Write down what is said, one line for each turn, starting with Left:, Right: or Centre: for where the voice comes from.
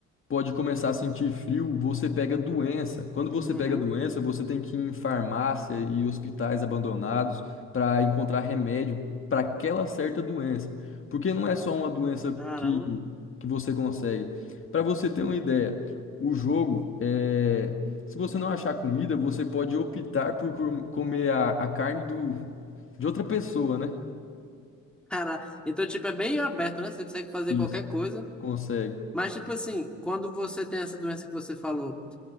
Left: pode começar a sentir frio, você pega doença. Quando você
Centre: Uhum.
Left: pega doença, você tem que ir em farmácia e hospitais abandonados para encontrar remédio para aquela certa doença. Porque não é só uma doença
Centre: Caramba.
Left: que, que você consegue. Para você ter uma ideia, o jogo é. Se você não achar comida, você pode optar por com- comer a, a carne do, de outra pessoa, né?
Centre: Cara, então, tipo, é bem aberto, né? Você consegue fazer
Left: Isso.
Centre: qualquer coisa.
Left: Consegue.
Centre: Mas, tipo assim, quando você tem essa doença que você falou,